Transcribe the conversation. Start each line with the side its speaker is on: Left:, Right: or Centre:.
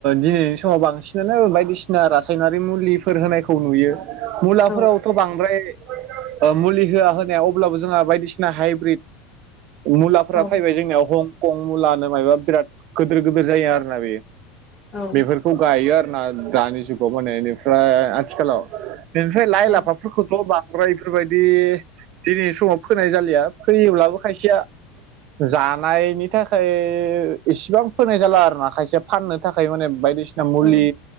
Right: दिनैनि समाव बांसिनानो बायदिसिना रासायनारि मुलिफोर होनाय खौ नुयो मुलाफोराव
Left: औ
Right: बांद्राय मुलि होआ होनाया अब्लाबो जोंहा बायदिसिना हाइब्रिड मुलाफोरा
Left: औ
Right: फैबाय जोंनियाव हंकं मुलानो माबबा बिराद गिदिर गिदोर जायो आरो ना बेयो।
Left: औ
Right: बेफोरखौ गायो आरोना दानि जुगाव माने बेनिफ्राय आथिखालाव बेनिफ्राय लाइ
Left: औ
Right: लाफाफोरखौथ' बांद्राय बेफोरबायदि दिनैनि समाव फोनाय जालिया फैयोब्लाबो खायसेया जानायनि थाखाय इसेबां फोनाय जाला आरो ना खायसे फाननो थाखाय माने बायदिसि मुलि
Left: औ